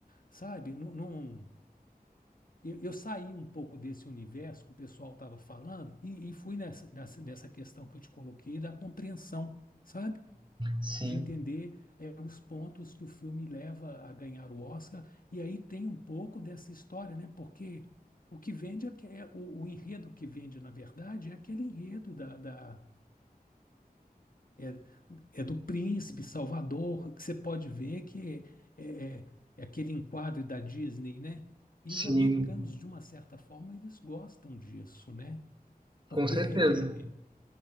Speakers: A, on the left (about 60°); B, on the right (about 30°).
A: sabe, não, não- eu, eu saí um pouco desse universo que o pessoal estava falando e, e fui nessa, nessa, nessa questão que eu te coloquei da compreensão, sabe?
B: Sim.
A: de entender eh, os pontos que o filme leva a ganhar o Oscar, e aí tem um pouco dessa história, né? Porque o que vende é, que é- o, o enredo que vende, na verdade, é aquele enredo da, da- é, é do príncipe Salvador, que você pode ver que é, é- é aquele enquadro da Disney, né? E os
B: Sim,
A: americanos, de uma certa forma, eles gostam disso, né? Porque
B: com certeza.
A: é, é-